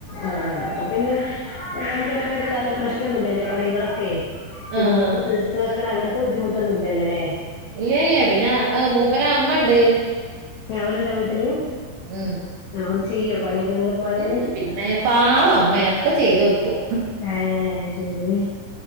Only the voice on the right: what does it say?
ആഹ്
ഇല്ലല്ല പിന്നെഅ് മൂപ്പരെഅമ്മണ്ട്.
ഉം.
ഉം, പിന്നെ പാവം അമ്മയാ ഒക്കെ ചെയ്ത് വെക്കും.